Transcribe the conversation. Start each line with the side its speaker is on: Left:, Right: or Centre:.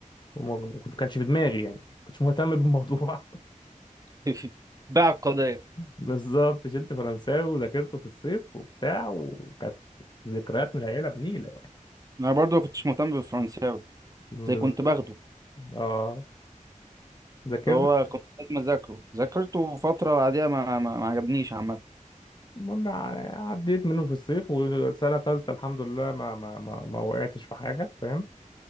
Left: وما وما كنت- كانش في دماغي يعني ما كنتش مهتم بالموضوع
Right: <laughs> باع القضيه
Left: بالظبط شلت فرنساوي وذاكرته في الصيف وبتاع وكانت ذكريات من العيله بنيله يعني.
Right: انا برضو ما كنتش مهتم بالفرنساوي
Left: بالظبط
Right: زي كنت باخده
Left: اه ذاكرت
Right: فهو كنت لازم اذاكره ذاكرته فتره بعديها ما, ما, ما عجبنيش عامه
Left: المهم ع- عديت منه في الصيف وسنه ثالثه الحمد لله ما ما ما, ما وقعتش في حاجه فاهم